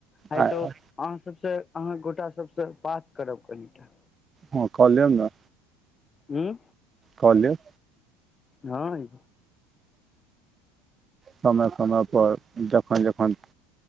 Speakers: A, on the left (about 25°); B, on the right (about 25°).
A: आइ
B: हँ
A: तो अहाँ सबसँ, अहाँ गोटा सबसँ, बात करब कनिटा।
B: हँ कऽलेम न।
A: उूं
B: कऽ लेब।
A: नाईं
B: समय-समय पर, जखन-जखन